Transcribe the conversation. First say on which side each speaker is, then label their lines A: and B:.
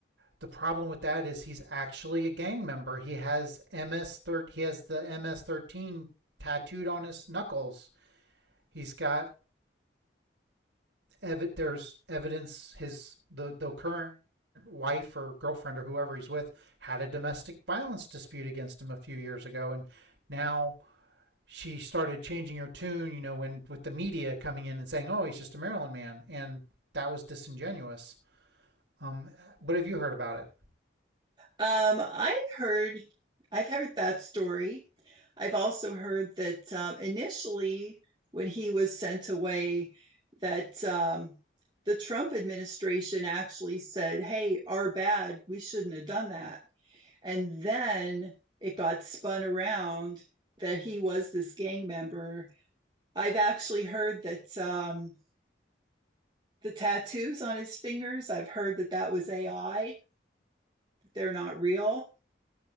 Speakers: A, on the right; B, on the right.
A: the problem with that is he's actually a gang member. He has MS thir- he has the MS thirteen tattooed on his knuckles. He's got ev- there's evidence his the the current wife or girlfriend or whoever he's with had a domestic violence dispute against him a few years ago and now she started changing her tune, you know, when with the media coming in and saying, "Oh, he's just a Maryland man," and that was disingenuous. Um, what have you heard about it?
B: Um, I've heard, I've heard that story. I've also heard that um, initially, when he was sent away, that um, the Trump administration actually said, "Hey, our bad. We shouldn't have done that." And then it got spun around that he was this gang member. I've actually heard that um, the tattoos on his fingers. I've heard that that was AI. They're not real.